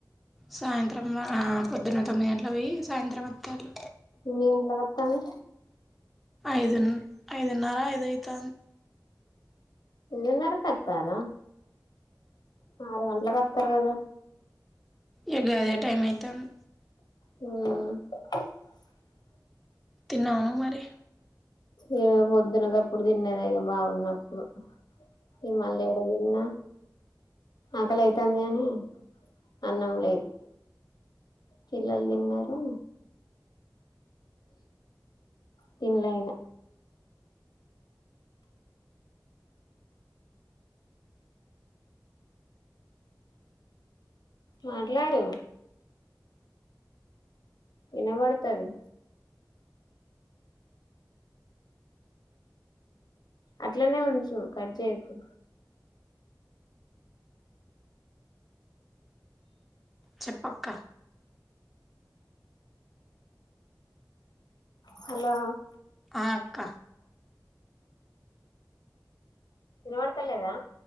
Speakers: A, in the centre; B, on the left.
A: సాయంత్రం ఆ పొద్దున తొమ్మిది గంటలు పోయ్యి సాయంత్రం వత్తాలు
B: మేము లతాని
A: ఐదు ఐదున్నర ఐదు అయితాంది
B: ఇన్నరకతార ఆరు గంటలకట్ల పర్వాద
A: ఇగ గదే టైం అయితాంది
B: హ
A: తిన్నావా నువ్వు మరి
B: ఈగ పొద్దున గప్పుడు తిన్నదే మరి బాగున్నప్పుడు ఈగ మళ్లీ ఏడ తిన్న అకలి అయితాంది కానీ అన్నం లేదు పిల్లలు తిన్నారు తినలే ఇక మాట్లాడు ఇనపడ్తది అట్లనే ఉంచు కట్ చేయకు
A: చెప్పక్క
B: హలో
A: ఆ అక్క
B: ఇనబడత లేదా